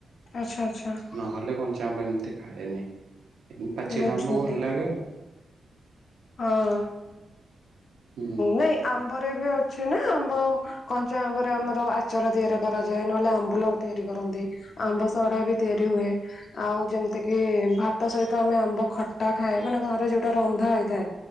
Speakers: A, on the left; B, on the right.
A: ଆଚ୍ଛା ଆଚ୍ଛା
B: ନହେଲେ କଞ୍ଚା ଆମ୍ବ ଏମିତି ଖାଏନି ହଁ ପାଚିଲା
A: ବୁଝିଲି
B: ଆମ୍ବ ଭଲ ଲାଗେ।
A: ହଁ
B: ହୁଁ
A: ନାଇଁ ଆମ୍ବରେ ଏବେ ଅ ଅଛି ନା ଆମ୍ବ କଞ୍ଚା ଆମ୍ବରେ ଆମର ଆଚାର ତିଆରି କରାଯାଏ ନହେଲେ ଆମ୍ବୁଲ ତିଆରି କରନ୍ତି। ଆମ୍ବ ସଢା ବି ତିଆରି ହୁଏ। ଆଉ ଯେମିତି କିି ଭାତ ସହିତ ଆମେ ଆମ୍ବ ଖଟା ଖାଏ ମାନେ ଘରେ ଯୋଉଟା ରନ୍ଧା ହେଇ ଥାଏ